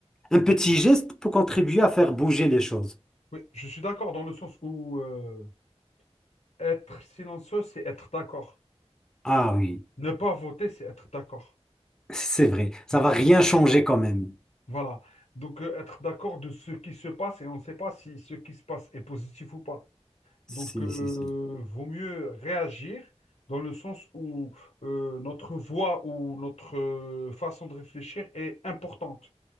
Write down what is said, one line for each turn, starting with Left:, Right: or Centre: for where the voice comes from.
Centre: un petit geste peut contribuer à faire bouger les choses.
Left: oui. Je suis d'accord dans le sens où euh, être silencieux, c'est être d'accord.
Centre: Ah oui,
Left: Ne pas voter, c'est être d'accord.
Centre: c'est vrai, ça
Left: Donc,
Centre: va rien changer quand même.
Left: voilà. Donc, euh, être d'accord de ce qui se passe et on ne sait pas si ce qui se passe est positif ou pas.
Centre: Si,
Left: Donc, euh,
Centre: si, si.
Left: vaut mieux réagir dans le sens où euh, notre voix ou notre euh, façon de réfléchir est importante.